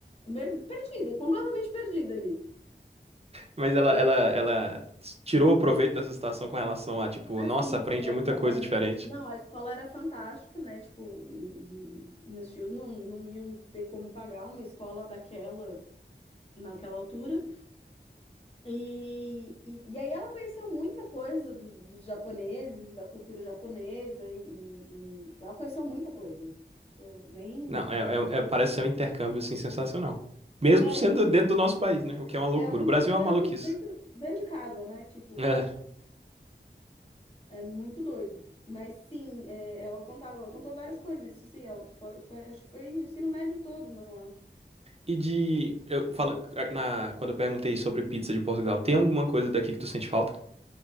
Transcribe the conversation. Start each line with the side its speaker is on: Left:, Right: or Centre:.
Left: Mer- Perdida, completamente perdida ali.
Right: Mas ela, ela, ela tirou o proveito dessa situação com relação a, tipo,
Left: Ah,
Right: nossa,
Left: sim,
Right: aprendi
Left: sim. A
Right: muita
Left: esco-
Right: coisa
Left: a es-
Right: diferente.
Left: Não, a escola era fantástica, né? Tipo, e, e meus tios não, não iam ter como pagar uma escola daquela, naquela altura. E, e, e aí ela conheceu muita coisa dos, dos japoneses e da cultura japonesa, e, e ela conheceu muita coisa. Isso nem...
Right: Não, é, é- é- parece ser um intercâmbio, assim, sensacional. Mesmo
Left: É,
Right: sendo dentro do nosso país, né? O que é uma loucura.
Left: é um intercâmbio
Right: O Brasil é uma maluquice.
Left: dentro, dentro de casa, né? Tipo...
Right: É.
Left: É muito doido. Mas sim, é, ela contava, ela contou várias coisas, isso sim, ela pa- foi, acho que foi o ensino médio todo né, lá.
Right: E de. Eu falo, na, quando eu perguntei sobre pizza de Portugal, tem alguma coisa daqui que tu sente falta?